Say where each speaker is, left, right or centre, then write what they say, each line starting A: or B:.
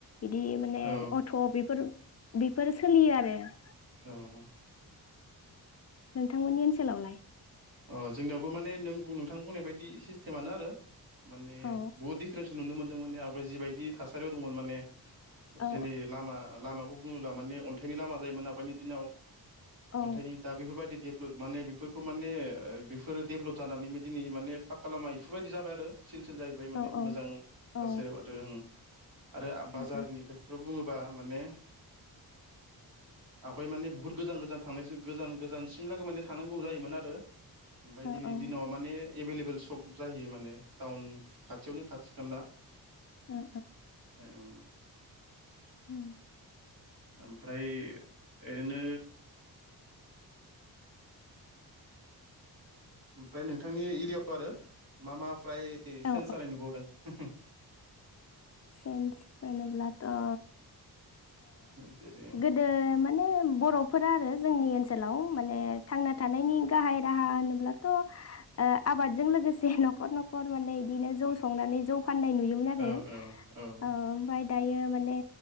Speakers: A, on the left; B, on the right.
A: बिदि माने
B: औ
A: अट बेफोर बिफोर सोलियो आरो ।
B: अ ।
A: नोंथांमोननि ओनसोलावलाय?
B: अ जोंनियावबो माने नों नोंथां बुंनाय बायदि सिस्टेमानो आरो । माने
A: औ
B: बहुत दिफारेन्स नुनो मोनो । <unintelligible> आवगाय जिबायदि थासारियाव दंमोन माने
A: औ
B: जोंनि लामा - लामाखौ बुङोब्ला माने अन्थाइनि लामा जायोमोन आवगायनि दिनाव।
A: औ
B: अन्थाइनि दा बेफोरबायदि देभलप माने बेफोरखौ माने ओ बेफोरो डेभलप जानानैबो दिनै माने पाक्का लामा इफोरबायदि जाबाय आरो ‌। सिल सिल जाहैबाय माने
A: औ औ
B: मोजां सासेयाव
A: ओ
B: आरो ओम । आरो बाजारनि
A: ओ
B: खेथ्र' बुङोब्ला बा माने आ हाइ माने बहुत गोजान गोजान थांनाय जो गोजान गोजानसिम लोगो मोन्नो थांनांगौ जायोमोन आरो । ओमफाय
A: औ ओ
B: दिनैनि दिनाव माने एभेलेबेल सक जाहैयो माने । टाउन खाथियावनो खाथि खाला ।
A: ओ
B: ए ओं ।
A: उम ।
B: आमफ्राय ओरैनो ओमफ्राय नोंथांनि एरिया आरो मा मा फ्राय
A: औ
B: सेन्स जानाय नुबावदों? हो होम ।
A: चेन्स होनोब्लाथ' ओ
B: जेरै
A: गोदो माने बर ' फोरा आरो जोंनि ओनसोलाव माने थांना थानायनि गाहाय राहा होनोब्लाथ' ओ आबादजों लोगोसे नखर नखर माने इदिनो जौ संनानै जौ फाननाय नुयोमोन आरो
B: औ
A: । ओ
B: औ औ
A: ओमफाय दायो माने